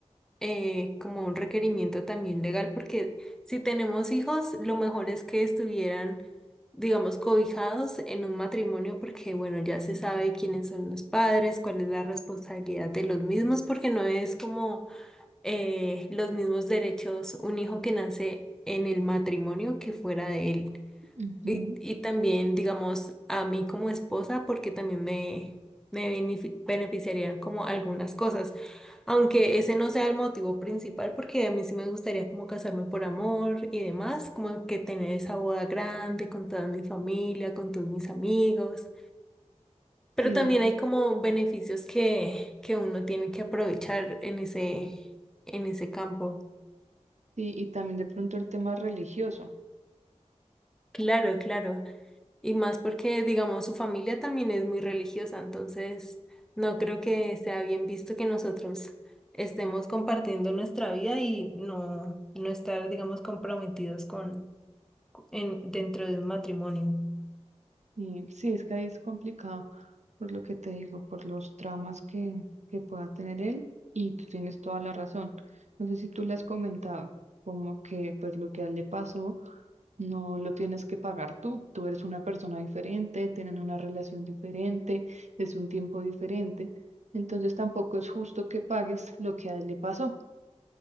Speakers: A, in the centre; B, on the right.
A: eh, como un requerimiento también legal, porque si tenemos hijos, lo mejor es que estuvieran, digamos, cobijados en un matrimonio, porque bueno, ya se sabe quiénes son los padres, cuál es la responsabilidad de los mismos, porque no es como eh, los mismos derechos un hijo que nace en el matrimonio que fuera de él.
B: Ujú,
A: Y, y también, digamos, a mí como esposa, porque también me, me benefi- beneficiarían como algunas cosas. Aunque ese no sea el motivo principal, porque a mí sí me gustaría como casarme por amor y demás, como que tener esa boda grande con toda mi familia, con todos mis amigos. Pero
B: Sí,
A: también
B: no,
A: hay como beneficios que, que uno tiene que aprovechar en ese, en ese campo.
B: sí, y también de pronto el tema religioso.
A: Claro, claro. Y más porque, digamos, su familia también es muy religiosa, entonces no creo que sea bien visto que nosotros estemos compartiendo nuestra vida y no, no estar, digamos, comprometidos con en, dentro de un matrimonio.
B: Y sí, es que ahí es complicado, por lo que te digo, por los traumas que, que pueda tener él, y tú tienes toda la razón. No sé si tú le has comentado, como que pues lo que a él le pasó no lo tienes que pagar tú. Tú eres una persona diferente, tienen una relación diferente, es un tiempo diferente, entonces tampoco es justo que pagues lo que a él le pasó.